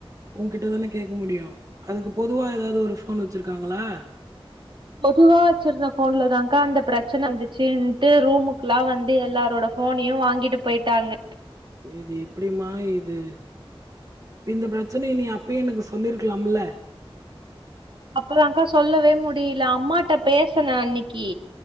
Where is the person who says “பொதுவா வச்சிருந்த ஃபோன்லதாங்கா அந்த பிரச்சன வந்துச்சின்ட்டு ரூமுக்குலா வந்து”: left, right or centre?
Right